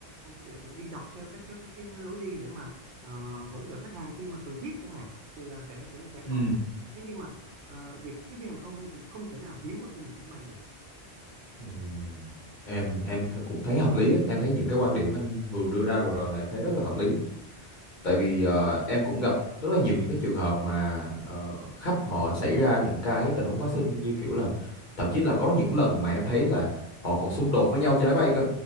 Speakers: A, on the right; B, on the left.
A: để- để đi dọc theo các các các cái lối đi để mà ờ, hỗ trợ khách hàng khi mà cần thiết chẳng hạn thì là sẽ sẽ sẽ có
B: ừ
A: thế nhưng mà ờ, việc tiếp viên hàng không thì không thể nào thiếu ở trên một chuyến bay được
B: ừ. em em th- cũng thấy hợp lý đấy em thấy những cái quan điểm anh vừa đưa ra vừa rồi là em thấy rất là hợp lý tại vì ờ, em cũng gặp rất là nhiều những cái trường hợp mà ờ, khách họ xảy ra những cái tình huống phát sinh như kiểu là thậm chí là có những lần mà em thấy là họ còn xung đột với nhau trên máy bay cơ